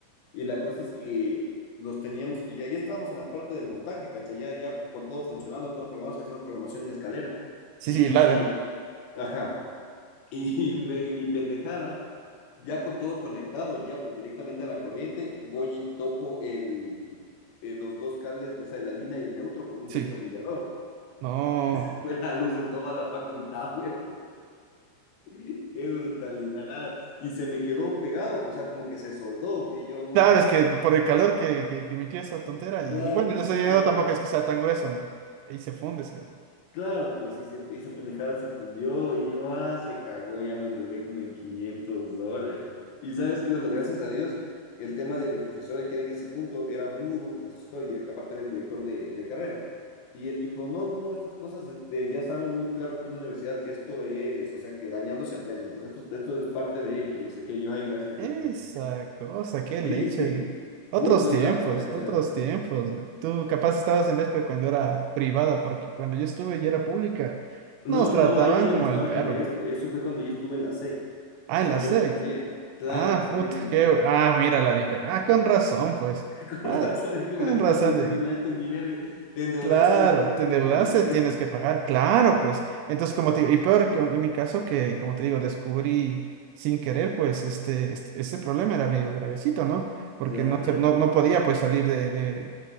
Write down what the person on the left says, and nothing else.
Y la cosa es que los teníamos que ya, ya estábamos en la parte del montaje, ¿cachai? Ya, ya con todo funcionando, todo programado, hacíamos programación en escalera.
Y,
ajá, y, <laughs> me- y mi pendejada, ya con todo conectado, ya pues directamente a la corriente, voy y topo el, el- los dos cables, de, o sea, la línea y el neutro con un
destornillador.
<laughs> Fue la luz en toda la facultad, güey. <laughs> Qué brutalidad. Y se me quedó pegado, pues, o sea, como que se soldó. Y yo no
me...
Claro,
pues
y yo...
Claro, pues y se, esa pendejada se fundió y yo, ah, se cagó, ya me endeudé como en 500 dólares. Y sabes que, bueno, gracias a Dios, el tema de mi profesor, el que era en ese punto, era un muy buen profesor y aparte era el director de, de carrera. Y él dijo, no, no, no, estas cosas este, ya saben muy claro aquí en la universidad que esto es, o sea, que dañando se aprende. Entonces, esto, esto es parte de, y que no sé qué, yo, ay, gracias,
Dios mío.
Sí, sí,
full, buen
dato, cacha.
No,
no, ahí yo ya
no estaba
en la ESPE,
eso fue cuando yo estuve en la SEC.
Porque
yo me cambié. Claro,
yo
me cambié.
<laughs> ¿Te acordás?
¿Sabes qué acordás
que
estarte diciendo a este nivel? Te endeudaste,
mi gente,
que jodiste.
<laughs>
Claro,
¿verdad?